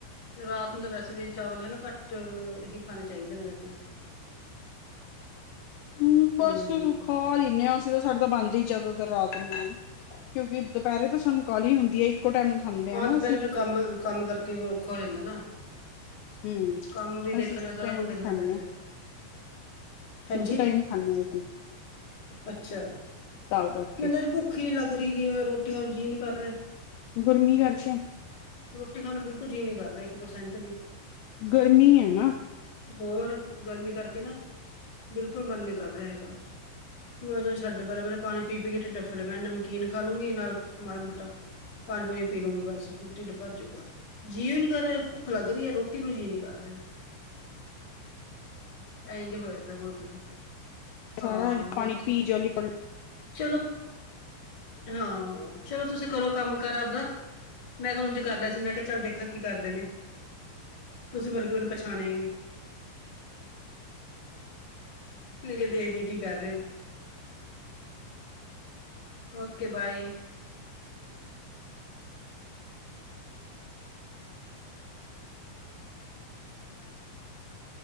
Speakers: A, on the left (about 35°); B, on the left (about 85°).
A: ਰਾਤ ਨੂੰ ਤਾਂ ਵੈਸੇ ਵੀ ਚਾਵਲ ਹਨਾ ਘੱਟ, ਹੀ ਖਾਣੇ ਚਾਹੀਦੇ ਨੇ ਵੈਸੇ। <unintelligible>
B: ਹੂੰ ਬਸ
A: ਹਮ
B: ਖਾ ਲਿੱਨੇ ਆਂ ਅਸੀਂ ਤਾਂ ਸਾਡੇ ਤਾਂ ਬੰਨਦੀ ਜਾਦਤਰ ਰਾਤ ਨੂੰ ਐਂ। ਕਿਉਂਕਿ ਦੁਪਹਿਰੇ ਤੋਂ ਸਾਨੂੰ ਕਾਹਲੀ ਹੁੰਦੀ ਐ ਇੱਕੋ ਟਾਈਮ ਖਾਂਦੇ
A: ਆਂ
B: ਆ ਨਾ
A: ਦੁਪਹਿਰੇ
B: ਅਸੀਂ
A: ਫਿਰ ਕੰਮ, ਕੰਮ ਕਰਕੇ ਔਖਾ ਹੋ ਜਾਂਦਾ ਨਾ?
B: ਹਮ
A: ਕੰਮ ਵੀ ਦੇਖਨੈ
B: ਅਸੀਂ ਇੱਕ
A: ਸਾਰਾ
B: ਟਾਈਮ
A: ਕੁਝ ਦੇਖਣਾ
B: ਖਾਂਦੇ
A: ਪੈਂਦੈ।
B: ਹਾਂ
A: ਹਾਂਜੀ?
B: ਇੱਕ ਟਾਈਮ ਖਾਂਦੇ ਹਾਂ ਅਸੀਂ
A: ਅੱਛਾ,
B: ਤਾਂ ਕਰਕੇ
A: ਬੰਦਾ ਜੀ ਭੁੱਖ ਭੁਖ ਈ ਨੀ ਲਗਰਿਗੀ, ਰੋਟੀ ਆਂ ਨੂਂ ਜੀ ਨੀਂ ਕਰ ਰਿਆ।
B: ਗੁਰਮੀ ਕਰ ਕੇ
A: ਰੋਟੀ ਖਾਣ ਨੂੰ ਬਿਲਕੁਲ ਜੀਅ ਨੀ ਕਰ ਰਿਹਾ ਇੱਕ ਪਰਸੈਂਟ ਵੀ।
B: ਗਰਮੀ ਐ ਨਾ?
A: ਹੋਰ, ਗਰਮੀ ਕਰਕੇ ਨਾ, ਬਿਲਕੁਲ ਮਨ ਨੀ ਕਰ ਰਿਆ ਹੈਗਾ। ਮੈਂ ਜਦੋਂ ਛੱਡ ਪਰਾਂ ਮੈਂ ਤਾਂ ਪਾਣੀ ਪੀ-ਪੀ ਕੇ ਢਿੱਡੱ ਅੱਫਰੇ ਪਏ ਨੇ, ਨਮਕੀਨ ਖਾ ਲੂੰਗੀ ਨਾਲ ਮਾੜਾ ਮੋਟਾ <unintelligible> ਪੀ ਲੁਂਗੀ ਬਸ ਢਿੱਡ ਭਰਜੂਗਾ, ਜੀ ਵੀ ਨੀ ਕਰ ਰਿਆ ਭੁੱਖ ਲੱਗ ਰਈ ਏ ਰੋਟੀ ਨੂੰ ਜੀਅ ਨੀ ਕਰ ਰਿਆ। ਇ ਜੋ ਹੋਇਆ <unintelligible> ਪਿਆ ਬੋਲਦੇ
B: ਸਾਰਾ
A: ਆ
B: ਇਹ
A: ਹੋਰ
B: ਪਾਣੀ
A: ਕੀ
B: ਪੀ ਜਾਓ ਲਿਕੁਇਡ
A: ਚਲੋ, ਹਾਂ ਚਲੋ ਤੁਸੀਂ ਕਰੋ ਕੰਮ ਕਾਰ ਆਪਦਾ। ਮੈਂ ਤਾਂ ਉੰਝ ਕਰ ਲਿਆ ਸੀ ਮੈਂ ਕਿਹਾ ਚੱਲ ਦੇਖਾਂ ਕੀ ਕਰਦੇ ਨੇ। ਤੁਸੀਂ ਮਤਲਬ ਮੈਨੂੰ ਪਛਾਣਿਆ ਹੀ ਨਹੀਂ ਮ ਕਿਹਾ ਦੇਖਦੇ ਕੀ ਕਰ ਰਹੇ ਹੋ ਓਕੇ ਬਾਏ